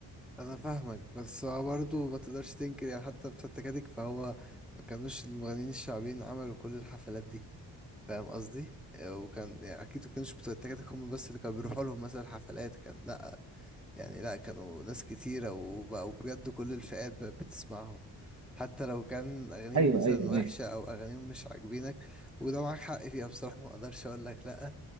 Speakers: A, in the centre; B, on the right.
A: انا فاهمك بس هو برضه ما تقدرش تنكر يعني حتى بتوع التكاتك فهو ما كانوش المغنيين الشعبيين عملوا كل الحفلات دي فاهم قصدي آه، وكان يعني اكيد ما كانوش بتوع التكاتك هم بس اللي كانوا بيروحوا لهم مثلا حفلات كان لا يعني لا كانوا ناس كتيرة وبقوا بجد كل الفئات بقت بتسمعهم حتى لو كان اغانيهم
B: ايوه
A: مثلا
B: ايوه
A: وحشة
B: ايوه
A: او اغانيهم مش عاجبينك وده معاك حق فيها بصراحة ما اقدرش اقول لك لا